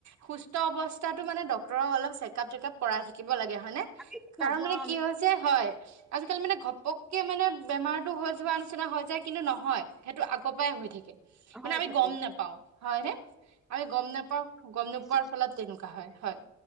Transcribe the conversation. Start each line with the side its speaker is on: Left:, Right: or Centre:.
Right: সুস্থ সুস্থ অৱস্থাটো মানে ডক্তৰ অল চেকআপ তেকআপ কৰাই থাকিব লাগে হয় নে
Centre: আমি ভাবো
Right: কাৰণ মানে
Centre: আৰু আমি
Right: কি হৈছে হয় আজিকালি মানে ঘপক কে মানে বেমাৰতো হৈ যোৱা নিচিনা হৈ যায় কিন্তু নহয় সেইটো আগৰ পাই হৈ থাকে মানে
Centre: হৈ
Right: আমি
Centre: থাকে
Right: গম নাপাও হয়নে আমি গম নাপাও
Centre: পাৰিছো
Right: গম নোপোৱাৰ ফলত তেনেকুৱা হয় হয়